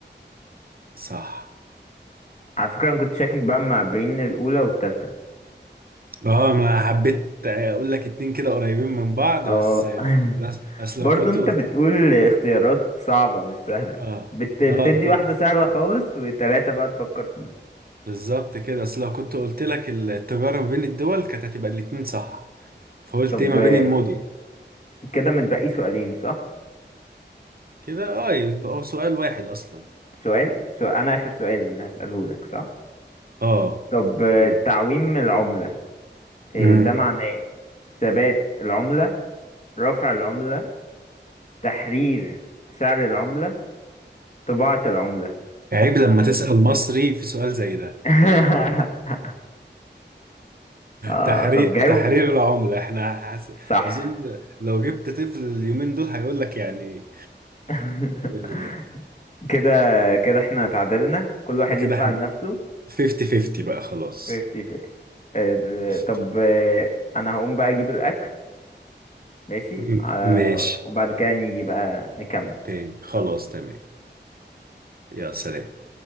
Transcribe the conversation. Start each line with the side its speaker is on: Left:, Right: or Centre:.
Right: صح
Left: على فكرة أنا كنت شاكك بقى ما بين الأولى والتالتة
Right: اه انا حبيت اقول لك اتنين كده قريبين من بعض
Left: اه
Right: بس آه،
Left: <laughs>
Right: لا اصل
Left: برضه
Right: لو كنت
Left: أنت
Right: قلت
Left: بتقول اختيارات صعبة مش سهلة
Right: اه
Left: بت... بتدي
Right: لا آه،
Left: واحدة سهلة خالص وتلاتة بقى تفكر فيهم
Right: بالظبط كده اصل لو كنت قلت لك التجارة ما بين الدول كانت هتبقى الاتنين صح فقلت
Left: طب
Right: ايه ما
Left: آه،
Right: بين المدن
Left: كده متبقي سؤالين صح؟
Right: كده اه يبقى هو سؤال واحد اصلا
Left: سؤال, سؤال أنا آخر سؤال اللي هسأله لك صح؟
Right: اه
Left: طب آه،
Right: قول
Left: تعويم العملة آه،
Right: امم
Left: ده معناه ثبات العملة رفع العملة تحرير سعر العملة طباعة العملة
Right: عيب لما تسأل مصري في سؤال زي ده
Left: <laughs> آه
Right: تحرير
Left: طب جاوب
Right: تحرير العملة احنا حس...
Left: صح
Right: اظن لو جبت طفل اليومين دول هيقول لك يعني إيه
Left: <laughs>
Right: اللي بيحصل
Left: كده كده احنا تعادلنا كل واحد
Right: كده
Left: يدفع
Right: احنا
Left: لنفسه
Right: 50 50 بقى خلاص
Left: 50 50 آه،
Right: قشطة.
Left: طب آه، انا هقوم بقى اجيب الاكل ماشي
Right: م-
Left: على
Right: ماشي
Left: وبعد كده نيجي بقى نكمل
Right: تاني خلاص تمام يا سلام